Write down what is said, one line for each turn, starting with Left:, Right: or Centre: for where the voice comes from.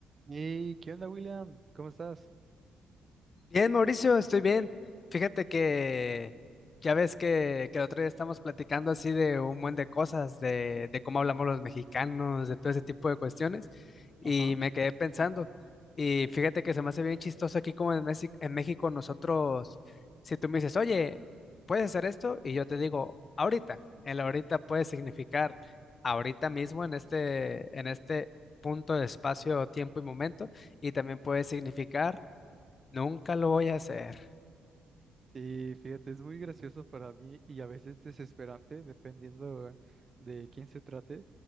Right: Hey, ¿qué onda, William? ¿Cómo estás?
Left: Bien, Mauricio, estoy bien. Fíjate que ya ves que, que el otro día estamos platicando así de un buen de cosas, de, de cómo hablamos los mexicanos, de todo ese tipo de cuestiones, y
Right: Ajá.
Left: me quedé pensando. Y fíjate que se me hace bien chistoso aquí como en México, en México nosotros, si tú me dices, oye, ¿puedes hacer esto? Y yo te digo, ahorita. El ahorita puede significar ahorita mismo en este, en este punto de espacio, tiempo y momento, y también puede significar Nunca lo voy a hacer.
Right: Sí, fíjate, es muy gracioso para mí y a veces desesperante, dependiendo de quién se trate,